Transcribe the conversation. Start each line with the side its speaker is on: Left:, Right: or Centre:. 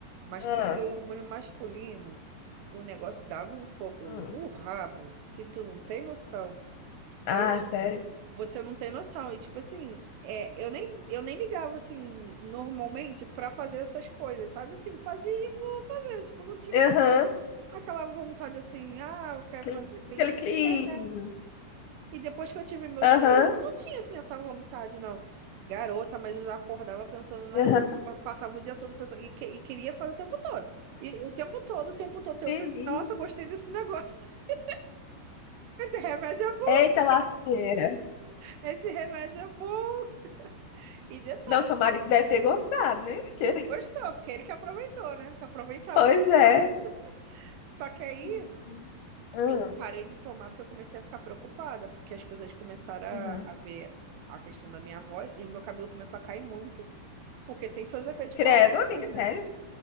Right: mas
Left: Ah,
Right: por ser hormônio masculino, o negócio dava um fogo
Left: hum.
Right: no rabo que tu não tem noção. Garota,
Left: Ah, sério?
Right: você não tem noção. E tipo assim, é, eu nem, eu nem ligava assim normalmente pra fazer essas coisas, sabe? Assim, fazia por fazer, tipo, não tinha
Left: Aham.
Right: aqu- aquela vontade assim, ah, eu quero
Left: Aquele,
Right: fazer. Tem
Left: aquele
Right: gente
Left: clima.
Right: que tem, né? E depois que eu tive meus
Left: Aham.
Right: filhos, eu não tinha assim essa vontade, não. Garota, mas eu já acordava pensando naquilo,
Left: Aham.
Right: eu passava o dia todo pensando e, que- e queria fazer o tempo todo. E o tempo todo, o tempo todo, eu
Left: Menina.
Right: falei assim, nossa, gostei desse negócio. <laughs> Esse remédio é bom,
Left: Eita lasqueira.
Right: esse remédio é bom. E detalhe
Left: Não, seu marido deve ter gostado, né? Que-
Right: Gostou, porque ele que aproveitou, né? Se aproveitava
Left: Pois
Right: o tempo
Left: é.
Right: todo. Só que aí
Left: Mentira. Ah,
Right: eu parei de tomar porque eu comecei a ficar preocupada, porque as pessoas começaram a,
Left: uhum.
Right: a ver a questão da minha voz e o meu cabelo começou a cair muito, porque tem seus efeitos
Left: Credo,
Right: colaterais,
Left: amiga,
Right: né,
Left: sério?
Right: filho?